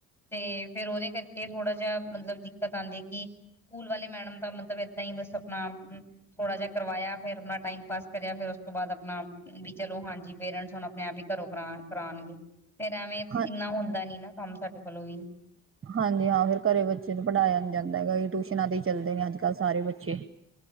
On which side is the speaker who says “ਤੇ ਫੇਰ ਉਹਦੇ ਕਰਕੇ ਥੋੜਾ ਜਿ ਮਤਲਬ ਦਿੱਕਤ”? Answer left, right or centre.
Centre